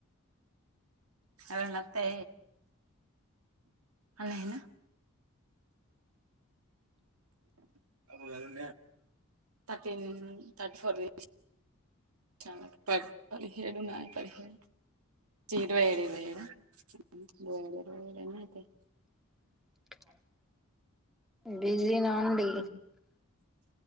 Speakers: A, on the right (about 85°); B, in the centre.
A: ఎవరన్నా వత్తే అలాగేనా ఉమ్ థర్టీన్ థర్టీ ఫోర్ తీపి చాలా పాట్ పదిహేడున్నాయి పదిహే ఇరవై ఏడు అయినాయి ఈడ ఇరవై ఏడు ఇరవై ఏడు ఎన్నయితాయి
B: <unintelligible> బిజీనా అండి